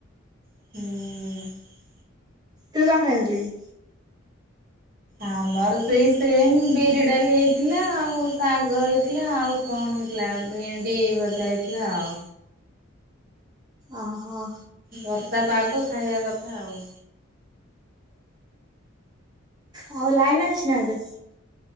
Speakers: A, on the right (about 45°); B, on the right (about 20°).
A: ହୁଁ।
B: ତୁ କଣ ଖାଇଥିଲୁ କି?
A: ଆମର ସେଇ ସେମ୍ ବିରି ଡାଲି ହେଇଥିଲା ଆଉ ଶାଗ ହେଇଥିଲା ଆଉ କଣ ହେଇଥିଲା ଭେଣ୍ଡି ଭଜା ହେଇଥିଲା ଆଉ।
B: ଅହୋ।
A: ବର୍ଷା ପାଗ ଖାଇବା କଥା ଆଉ।
B: ହଉ ଲାଇନ୍ ଅଛି ନା ଏବେ?